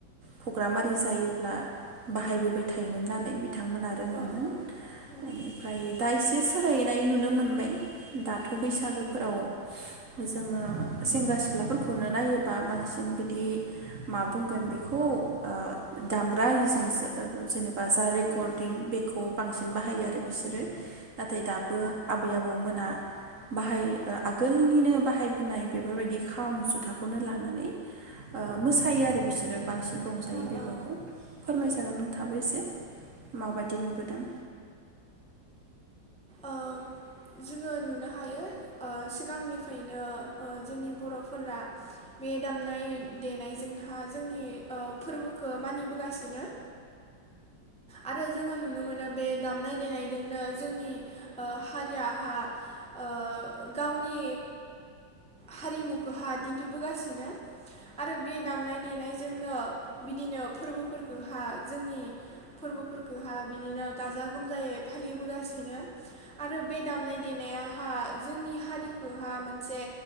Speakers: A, on the right; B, in the centre.
A: प्रग्राम आरि जायोब्ला बाहायबो थायोमोन नालाय बिथांमोना रोङोमोन
B: ओ ओ उम
A: बेनिफ्राय दा इसे सोलायनाय नुनो मोनबाय। दाथ' बैसागोफोराव
B: उम
A: जोङो सेंग्रा सिख्लाफोरखौनो नायोबा बांसिन बिदि मा बुंगोन बेखौ दामग्रा आरिजोंसो जेनेबा जा रेकर्डिं
B: ओ
A: बेखौ बांसिन बाहायो आरो बिसोरो नाथाय दाबो आबै आबौमोना बाहाय आगोलनिनो बाहायबोनाय बेफोरबायदि खाम जुथाखौनो लानानै ओ मोसायो आरो बिसोरो बांसिन रंजायो
B: ओ
A: बेफोरखौ
B: ओ
A: फोरमाय जागोन। थाबोसे माबादि नुबोदों?
B: ओ जोङो नुनो हायो ओ सिगांनिफ्रायनो जोंनि बर'फोरा बे दामनाय देनायजोंहा जोंनि ओ फोरबोखौ मानिबोगासिनो। आरो जोङो नुनो मोनो बे दामनाय देनायजोंनो जोंनि हारियाहा ओ गावनि हारिमुखौहा दिन्थिबोगासिनो आरो बे दामनाय देनायजोंनो बिदिनो फोरबोफोरखौहा जोंनि फोरबोफोरखौहा बिदिनो गाजा गोमजायै फालिबोगासिनो आरो बे दामनाय देनायाहा जोंनि हारिखौहा मोनसे